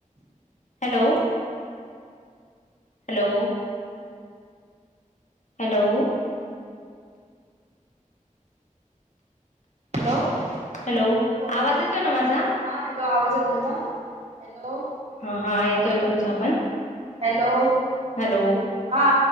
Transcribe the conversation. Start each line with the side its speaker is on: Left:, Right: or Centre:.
Left: hello, hello hello
Right: hello
Left: hello
Right: हा बोला
Left: आवाज येतो ना माझा
Right: हा हॅलो आवाज येतोय ना हॅलो
Left: हा, हा येतोय तुमचा पण
Right: हॅलो
Left: हॅलो
Right: हा